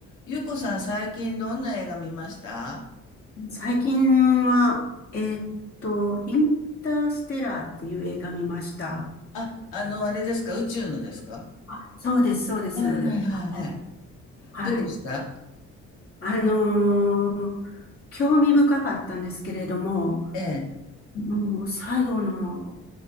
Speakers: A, on the left (about 85°); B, on the left (about 45°).
A: ゆうこさん、最近どんな映画見ました
B: 最近は、えーっと、インターステラーっていう映画見ました。
A: あ、あの、あれですか宇宙のですか
B: あ、そうです、そうです。
A: はいはいはい。
B: はい。はい。
A: どうでした
B: あのー興味深かったんですけれども、
A: ええ、
B: もう最後の